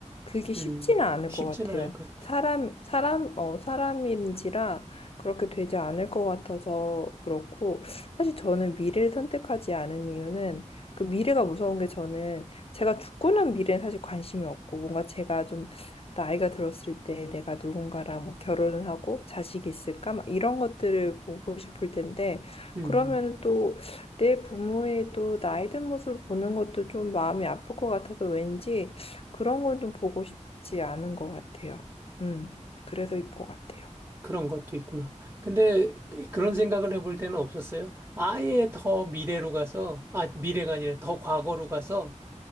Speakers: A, on the left; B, on the right.
A: 그게 쉽지는
B: 음,
A: 않을
B: 쉽지는
A: 것 같아요.
B: 않을 것 같아.
A: 사람 사람 어 사람인지라 그렇게 되지 않을 것 같아서 그렇고 사실 저는 미래를 선택하지 않은 이유는 그 미래가 무서운 게 저는 제가 죽고 난 미래는 사실 관심이 없고 뭔가 제가 좀 나이가 들었을 때 내가 누군가랑 뭐 결혼을 하고 자식이 있을까? 막 이런 것들을 보고 싶을 텐데,
B: 음,
A: 그러면 또 내 부모의 또 나이 든 모습을 보는 것도 좀 마음이 아플 것 같아서 왠지 그런 건 좀 보고 싶지 않은 것 같아요. 음, 그래서일 것 같아요.
B: 그런 것도 있구나. 근데 그런 생각을 해볼 때는 없었어요. 아예 더 미래로 가서, 아, 미래가 아니라 더 과거로 가서,